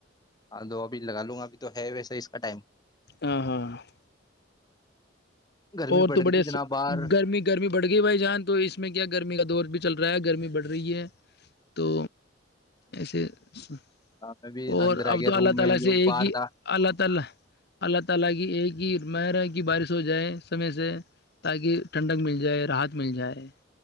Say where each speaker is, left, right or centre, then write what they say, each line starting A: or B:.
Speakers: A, on the left (about 20°); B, on the left (about 60°).
A: ہ تو ابھی لگا لوں گا ابھی تو ہے ویسے کا ٹائم <unintelligible>
B: ہ ہاں <unintelligible>
A: گرمی
B: اور
A: پڑ
B: تو
A: رہی
B: بڑے
A: تھی جناب باہر
B: گرمی گرمی بڑھ گئی بھائی جان تو اس میں کیا گرمی کا دور بھی چل رہا ہے گرمی بڑھ رہی ہے تو ایسے <unintelligible>
A: میں بھی اندر آ گیا روم میں جو باہر تھا
B: یہ مرا کی بارش ہو جائے سمے سے تاکہ ٹھنڈک مل جائے راحت مل جائے